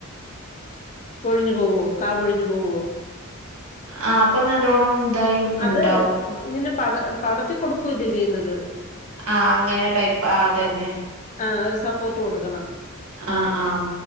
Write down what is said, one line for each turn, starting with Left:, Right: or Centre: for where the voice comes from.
Left: പൊഴിഞ്ഞു പോവോ കാ പൊഴിഞ്ഞു പോവോ
Right: ആ അപ്പൊ നല്ലോണം ഇതായി
Left: അത്
Right: ഇണ്ടാവും
Left: ഇങ്ങനെ പട പടത്തി കൊടുക്കുവല്ലേ ചെയ്യുന്നത്
Right: ആ അങ്ങനെ ടൈപ്പ് ആ അതെ എ
Left: ആ ഒരു സപ്പോർട്ട് കൊടുക്കണം
Right: ആഹ് ആഹ്